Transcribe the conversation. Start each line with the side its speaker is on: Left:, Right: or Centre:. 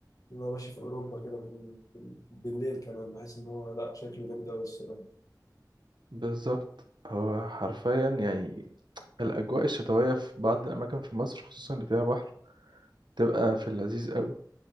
Left: انا ماشي في اوروبا كده بال- بال- بالليل كمان بحس ان هو لا شكله جامد قوي الصراحه
Right: بالظبط هو حرفيا يعني الأجواء الشتوية في بعض الأماكن في مصر خصوصا اللي فيها بحر تبقى في اللذيذ قوي